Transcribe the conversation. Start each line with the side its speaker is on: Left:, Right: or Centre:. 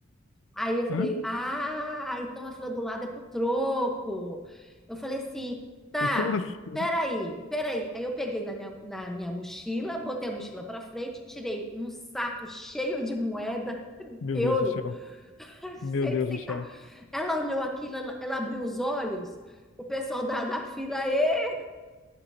Centre: Aí eu falei,
Left: Hã?
Centre: ah, então a fila do lado é pro troco. Eu falei assim, tá,
Left: Como assim?
Centre: peraí, peraí. Aí eu peguei na minha, na minha mochila, botei a mochila para frente, tirei um saco cheio de moeda,
Left: Meu
Centre: euro,
Left: Deus do céu.
Centre: <laughs>
Left: Meu
Centre: cheio
Left: Deus
Centre: de centavo.
Left: do céu.
Centre: Ela olhou aquilo, ela, ela abriu os olhos, o pessoal da, da fila, "Ê,